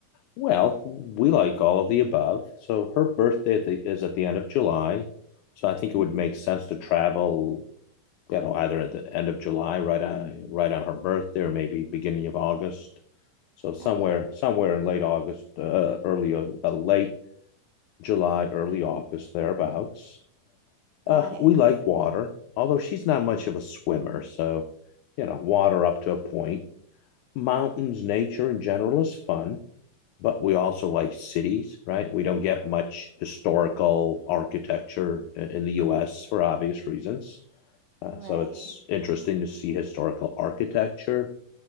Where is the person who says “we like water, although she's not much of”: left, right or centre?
Left